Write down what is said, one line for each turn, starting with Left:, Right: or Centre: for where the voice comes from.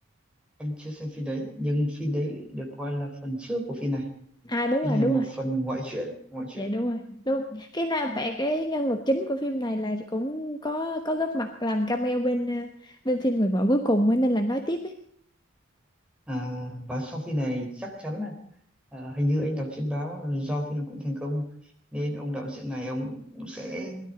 Centre: anh chưa xem phim đấy nhưng phim đấy được coi là phần trước của phim này
Left: À đúng
Centre: phim
Left: rồi,
Centre: này
Left: đúng
Centre: là một
Left: rồi.
Centre: phần ngoại truyện ngoại truyện
Left: Dạ đúng rồi. Đúng. Cái nam bạn cái nhân vật chính của phim này là cũng có có góp mặt làm cameo bên ờ, bên phim Người vợ cuối cùng ấy, nên là nói tiếp ấy.
Centre: à, và sau phim này chắc chắn là à, hình như anh đọc trên báo là do phim này cũng thành công nên ông đạo diễn này ông cũng cũng sẽ